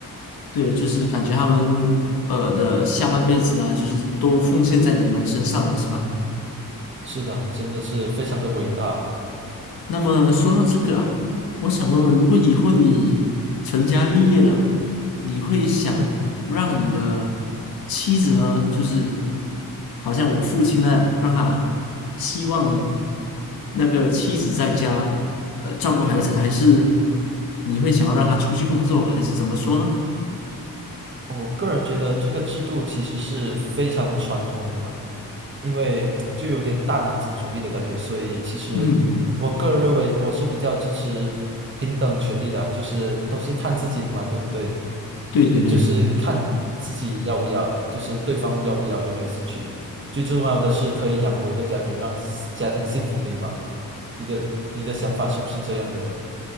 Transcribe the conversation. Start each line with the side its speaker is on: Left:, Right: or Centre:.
Left: 对，就是感觉他们呃的下半辈子啊，就是都奉献在你们身上了，是吧？
Right: 是的，真的是非常的伟大。
Left: 那么说到这个啊，我想问问，如果以后你成家立业了，你会想让你的妻子呢，
Right: 嗯，
Left: 就是好像我父亲那样，让他希望那个妻子在家呃照顾孩子，还是你会想要让他出去工作，还是怎么说呢？
Right: 我个人觉得这个制度其实是非常传统的嘛，因为就有点大男子主义的感觉，所以其实我个人认为我是比较支持平等权利的啊，
Left: 嗯，
Right: 就是都是看自己的嘛，对不对？
Left: 对对对。
Right: 就是看自己要不要，就是对方要不要，有没有兴趣。最重要的是可以养活一个家庭，让家庭幸福美满嘛。你的你的想法是不是这样的呢？